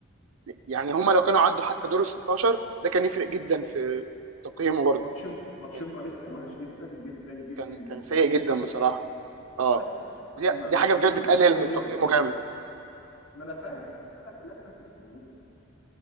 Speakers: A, on the right; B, on the left.
A: يعني هما لو كانوا عدوا حتى دور ال 16 ده كان يفرق جدا في تقييمه برضه
B: ماتشين ماتشين
A: كان
B: باريس كان وحش جدا جدا جدا
A: كان
B: جدا
A: كان سيء
B: جدا
A: جدا بصراحه اه
B: بس
A: دي
B: م...
A: دي حاجه
B: م...
A: بجد
B: مش هاخده
A: تقلل
B: بذنب
A: من
B: غيره
A: تقييمه
B: كانت
A: جامد
B: ما انا فاهم بس الفرقه كلها كانت مش موجوده